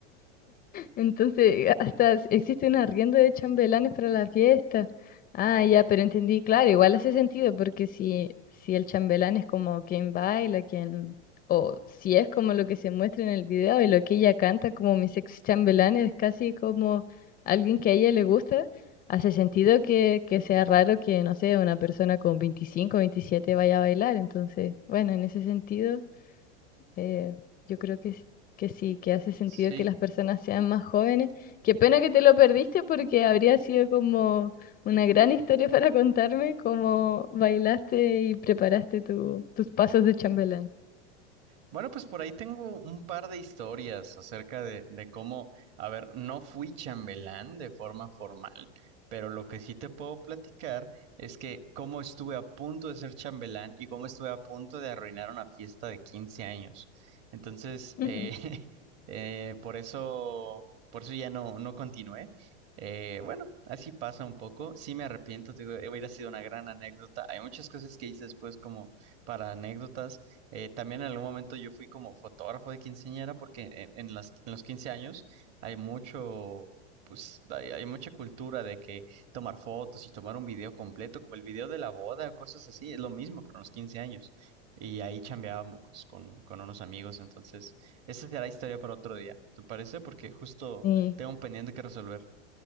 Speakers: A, on the left; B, on the right.
A: Entonces, hasta existe un arriendo de chambelanes para la fiesta. Ah, ya, pero entendí, claro, igual hace sentido, porque si, si el chambelán es como quien baila, quien, o si es como lo que se muestra en el video y lo que ella canta como mis ex chambelanes, es casi como alguien que a ella le gusta, hace sentido que, que sea raro que, no sé, una persona con 25 27 vaya a bailar. Entonces, bueno, en ese sentido. Eh, yo creo que, s- que sí, que hace sentido
B: Sí,
A: que las personas sean más jóvenes. Qué pena que te lo perdiste porque habría sido como una gran historia para contarme cómo bailaste y preparaste tu- tus pasos de chambelán.
B: Bueno, pues por ahí tengo un par de historias acerca de, de cómo, a ver, no fui chambelán de forma formal, pero lo que sí te puedo platicar es que cómo estuve a punto de ser chambelán y cómo estuve a punto de arruinar una fiesta de 15 años. Entonces,
A: <laughs>
B: eh, <laughs> eh, por eso, por eso ya no, no continué. Eh, bueno, así pasa un poco. Sí me arrepiento, te digo, hubiera sido una gran anécdota. Hay muchas cosas que hice después como para anécdotas. Eh, también en algún momento yo fui como fotógrafo de quinceañera porque en, en las, en los 15 años hay mucho, pues hay, hay mucha cultura de que tomar fotos y tomar un video completo, como el video de la boda, cosas así, es lo mismo, pero en los 15 años. Y ahí chambeábamos con, con unos amigos, entonces esa será historia para otro día, ¿te parece? Porque justo
A: Y
B: tengo un pendiente que resolver.